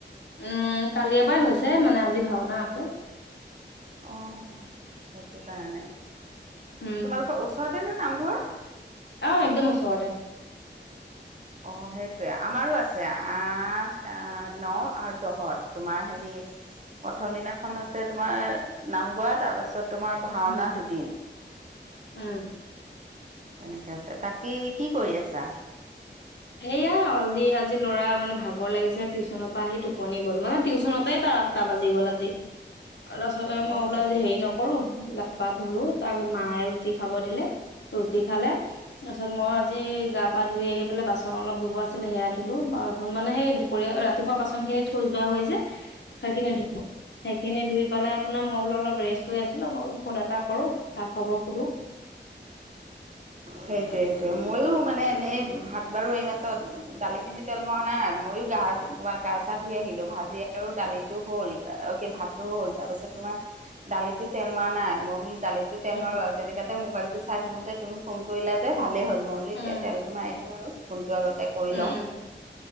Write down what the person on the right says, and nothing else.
অঁ সেইটো কাৰণে
তোমালোকৰ ওচৰতে নে নামঘৰ?
অ সেইটোৱে আমাৰো আছে আঠ ন আৰু দহত তোমাৰ হেৰি প্ৰথম দিনাখন আছে তোমাৰ নাম গোৱা তাৰপাছত তোমাৰ ভাওনা
দুদিন।
তেনেকে আছে বাকী কি কৰি আছা?
অ
সেইটোৱে
সেইটোৱে সেইটোৱে মইও মানে এনেই ভাত বাৰু এইমাত্ৰ দালিখিনি তেল মৰা নাই ময়ো গা ভাত গা চা ধুই আহিলোঁ ভাজি আৰু দালিটো হ'ল ভাতটো হ'ল তাৰপিছত তোমাৰ দালি তেল মৰা নাই মই বোলো দালিটো তেল
মাৰো আৰু তেনেকাাতে মোবাইলটো চাই থাকোঁতে তুমি ফোন কৰিলা যে ভালেই হ'ল। মইবুলো
এতিয়া তেলটো মাৰি দিম আৰু ফোনটো আগতে কৰি
লওঁ